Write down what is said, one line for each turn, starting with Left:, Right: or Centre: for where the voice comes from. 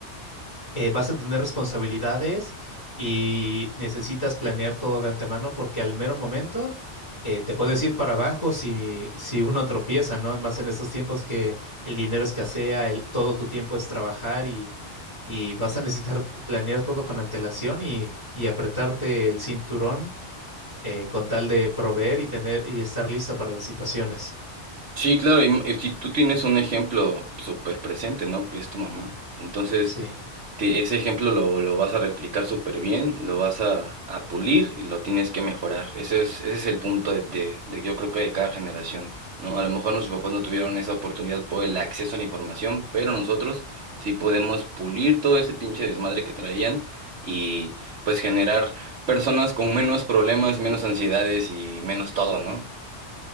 Left: eh, vas a tener responsabilidades y necesitas planear todo de antemano porque al mero momento eh, te puedes ir para abajo si, si uno tropieza, ¿no? Más en estos tiempos que el dinero escasea, el, todo tu tiempo es trabajar y, y vas a necesitar <laughs> planear todo con antelación y, y apretarte el cinturón eh, con tal de proveer y tener y estar lista para las situaciones.
Right: Sí, claro, y, y si tú tienes un ejemplo súper presente, ¿no? Que es tu mamá. Entonces,
Left: Sí,
Right: te- ese ejemplo lo, lo vas a replicar súper bien, lo vas a, a pulir y lo tienes que mejorar. Ese es, ese es el punto de, de, de- yo creo que de cada generación, ¿no? A lo mejor nuestros papás no tuvieron esa oportunidad por el acceso a la información, pero nosotros sí podemos pulir todo ese pinche desmadre que traían y pues generar personas con menos problemas, menos ansiedades y menos todo, ¿no?